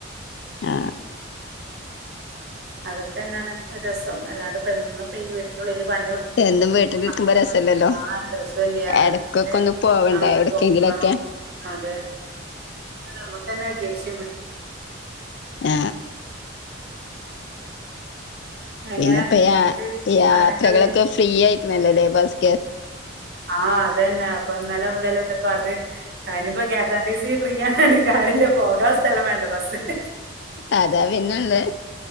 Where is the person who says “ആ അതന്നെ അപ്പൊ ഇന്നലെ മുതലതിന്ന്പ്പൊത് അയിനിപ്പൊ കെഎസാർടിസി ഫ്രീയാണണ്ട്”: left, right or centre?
Right